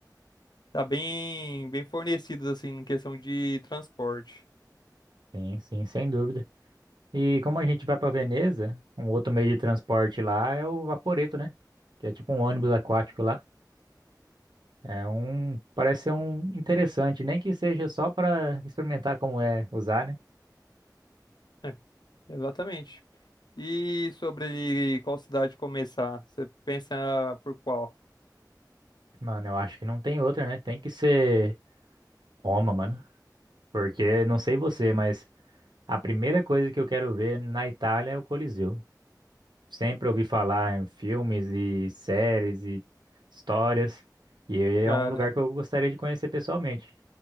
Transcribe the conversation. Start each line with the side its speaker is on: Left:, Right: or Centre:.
Left: Tá bem, bem fornecidos, assim, em questão de transporte.
Right: Sim, sim, sem dúvida. E como a gente vai para Veneza, um outro meio de transporte lá é o Vaporetto, né? Que é tipo um ônibus aquático lá. É um, parece ser um interessante, nem que seja só para experimentar como é usar, né?
Left: É, exatamente. E sobre qual cidade começar? Você pensa por qual?
Right: Mano, eu acho que não tem outra, né? Tem que ser Roma, mano. Porque não sei você, mas a primeira coisa que eu quero ver na Itália é o Coliseu. Sempre ouvi falar em filmes e séries e histórias, e é
Left: Cara,
Right: um lugar que eu gostaria de conhecer pessoalmente.